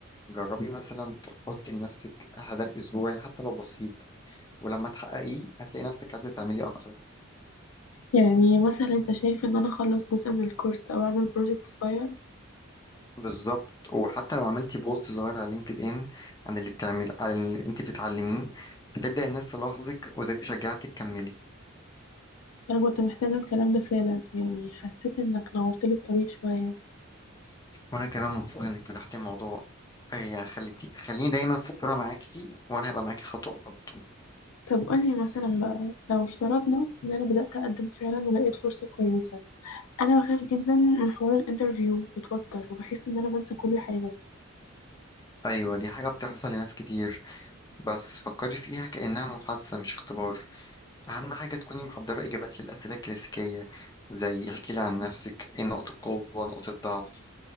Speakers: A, on the left; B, on the left.
A: جربي مثلا تحطي لنفسك هدف اسبوعي حتى لو بسيط ولما تحققيه هتلاقي نفسك عايزه تعملي اكتر
B: يعني مثلا انت شايف ان انا اخلص جزء من الكورس او اعمل بروجكت صغير
A: بالظبط وحتى لو عملتي بوست صغير على لينكد ان عن اللي بتعمل عن اللي انت بتتعلميه هتبدأ الناس تلاحظك وده بيشجعك تكملي
B: انا كنت محتاجة الكلام ده فعلا يعني حسيت انك نورت لي الطريق شوية
A: وانا كمان مبسوط انك فتحتي الموضوع اي خليتي خليني دايما في الصورة معاكي وانا هبقى معاكي خطوة بخطوة
B: طب قولي مثلا بقى لو افترضنا ان انا بدأت اقدم فعلا ولقيت فرصة كويسة انا بخاف جدا من حوار الانترفيو بتوتر وبحس ان انا بنسى كل حاجة
A: ايوه دي حاجة بتحصل لناس كتير بس فكري فيها كأنها محادثة مش اختبار اهم حاجة تكوني محضرة اجابات للأسئلة الكلاسيكية زي احكي لي عن نفسك ايه نقط القوة نقط الضعف